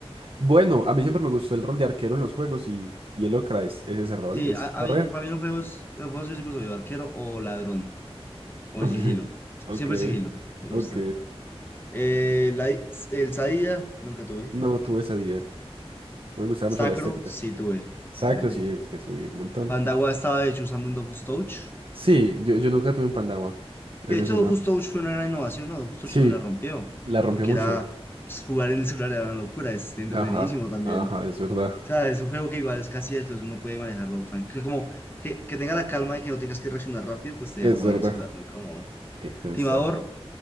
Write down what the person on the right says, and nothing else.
Bueno, a mí siempre me gustó el rol de arquero en los juegos y, y el Ocra es, es ese rol,
es
correr.
<laughs>
Ok,
ok.
No tuve esa idea. No me gustaba
mucho la estética.
Sacro,
sí, el que subí un montón.
Sí, yo, yo nunca tuve un Pandawa. Ese
sí
no.
Sí,
la rompió
mucho.
Ajá,
ajá,
es verdad.
Es
verdad.
Eh, tienes
toda la-